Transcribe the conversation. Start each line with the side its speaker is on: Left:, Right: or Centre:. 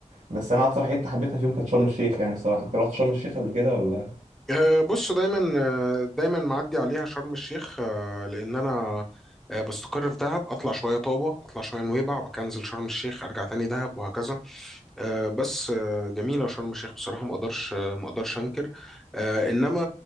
Right: بس انا اكتر حته حبيتها فيهم كانت شرم الشيخ يعني الصراحه انت رحت شرم الشيخ قبل كده ولا
Centre: أه، بص دايما أه، دايما معدي عليها شرم الشيخ أه، لان انا أه، بستقر في دهب اطلع شويه طابه اطلع شويه نويبع بكنزل شرم الشيخ ارجع تاني دهب وهكذا أه، بس أه، جميله شرم الشيخ بصراحه ما اقدرش أه، ما اقدرش انكر أه، انما